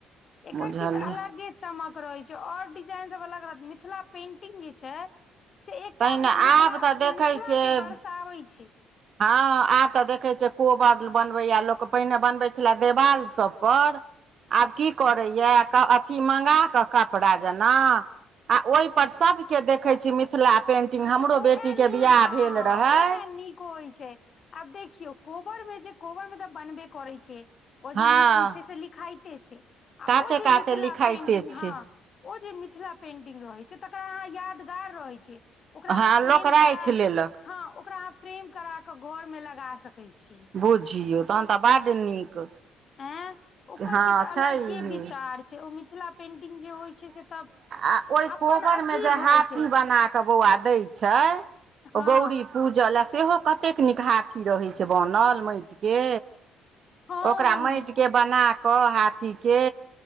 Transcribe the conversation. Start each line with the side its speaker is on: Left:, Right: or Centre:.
Left: एकर
Right: बुझलियै
Left: किछु अलगे चमक रहैत छै और डिजाइन सभ अलग अलग मिथिला पेंटिंग जे छै से एकटा
Right: तहिना
Left: अपना मिथिला
Right: आब तऽ देखै
Left: मिथिला
Right: छियै
Left: के दर्शाबे छै।
Right: हँ आब तऽ देखे छिय कोबर बनबेया लोक पहिने बनबे छले देवाल सभ पर
Left: <inaudible>
Right: आब की करैया अथी मांग कऽ कपड़ा जेना आ ओहिपर सभके देखै
Left: तऽ
Right: छै मिथिला पेन्टिंग
Left: हँ
Right: हमरो
Left: तऽ ओहे
Right: बेटीके
Left: नी
Right: बियाह
Left: हँ
Right: भेल रहै
Left: ओहे नीक होइ छै आब देखियौ कोबर मे जे कोबर मे तऽ बनबे करै छै ओ
Right: हँ
Left: जे नियम छै से लिखाई ते छै आ ओ
Right: काते
Left: जे
Right: काते
Left: मिथिला
Right: लिखाइते
Left: पेंटिंग
Right: छै
Left: हँ ओ जे मिथिला पेन्टिग रहैत छै तकरा अहाँ यादगार रहैत छै। ओकरा अहाँ
Right: हँ
Left: फ्रेम
Right: लोक
Left: करा
Right: राखि लेलक
Left: हँ ओकरा अहाँ फ्रेम करा क घरमे लगा सकै छी
Right: बुझियौ तहन तऽ बड़ नीक
Left: आँ। ओकर
Right: हँ
Left: किछु अलगे
Right: छै इहे
Left: विचार छै ओ मिथिला पेन्टिंग जे होइ छै, से तऽ
Right: आ ओहि
Left: अपन
Right: कोबरमे
Left: अथी
Right: जे
Left: होई
Right: हाथी
Left: छै
Right: बना बौआ दै छै
Left: हँ
Right: आ गौरी पूजल सेहो कतेक नीक हाथी रहै छै बनल माटि के
Left: हँ
Right: ओकरा
Left: हँ
Right: माटि के बना कऽ हाथीके